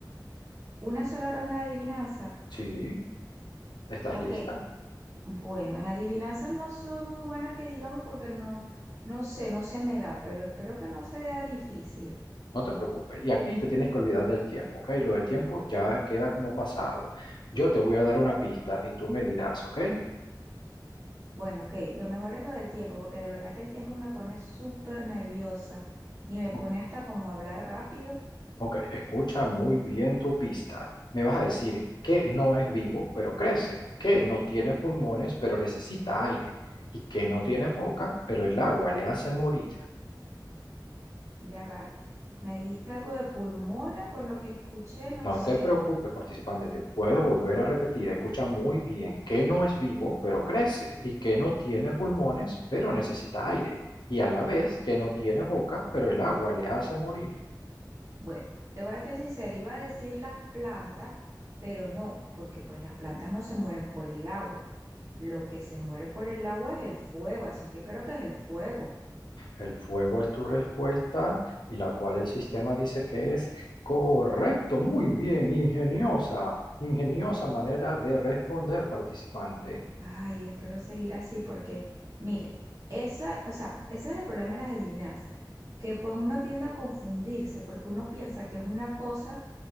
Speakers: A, on the right (about 40°); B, on the left (about 75°).
A: Una sola ronda de adivinanza.
B: Sí, estás
A: Ok,
B: lista.
A: bueno, en adivinanza no soy muy buena que digamos porque no, no sé, no se me da, pero espero que no sea difícil.
B: No te preocupes. Y aquí te tienes que olvidar del tiempo, ¿ok? Lo del tiempo ya queda como pasado. Yo te voy a dar una pista y tú me dirás, ¿ok?
A: Bueno, ok, lo mejor es lo del tiempo, porque de verdad que el tiempo me pone súper nerviosa y me pone
B: O-
A: hasta como a hablar rápido.
B: Ok, escucha muy bien tu pista. Me vas a decir que no es vivo, pero crece, que no tiene pulmones, pero necesita aire, y que no tiene boca, pero el agua le hace morir.
A: Ya va. Me dijiste algo de pulmones, por lo que escuché, no
B: No
A: sé.
B: te preocupes, participante, te puedo volver a repetir. Escucha muy bien que no es vivo, pero crece, y que no tiene pulmones, pero necesita aire, y a la vez que no tiene boca, pero el agua le hace morir.
A: Bueno, te voy a ser sincera, iba a decir las plantas, pero no, porque pues las plantas no se mueren por el agua. Lo que se muere por el agua es el fuego, así que creo que es el fuego.
B: El fuego es tu respuesta, y la cual el sistema dice que es correcto, muy bien, ingeniosa, ingeniosa manera de responder, participante.
A: Ay, espero seguir así porque, mire, eso, o sea, ese es el problema de las adivinanzas, que pues uno tiende a confundirse porque uno piensa que es una cosa